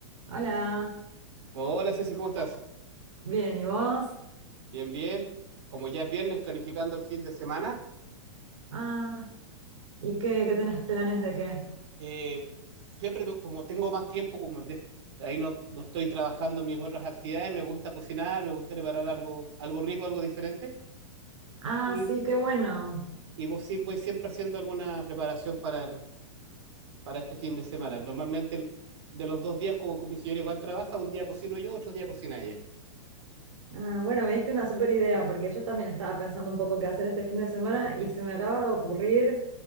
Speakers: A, on the right (about 85°); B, on the right (about 60°).
A: Hola,
B: Hola Ceci, ¿cómo estás?
A: bien, ¿y vos?
B: Bien, bien. Como ya es viernes, planificando el fin de semana,
A: Ah, ¿y qué, qué tenés planes de qué?
B: eh, siempre me- como tengo más tiempo, como de- ahí no, no estoy trabajando en mis otras actividades, me gusta cocinar, me gusta preparar algo, algo rico, algo diferente,
A: Ah,
B: y,
A: sí, qué bueno.
B: y vos sí- voy siempre haciendo alguna preparación para, el- para este fin de semana. Normalmente el- de los dos días, como mi señora igual trabaja, un día cocino yo, otro día cocina ella.
A: Ah, bueno, me diste una super idea porque yo también estaba pensando un poco qué hacer este fin de semana y se me acaba de ocurrir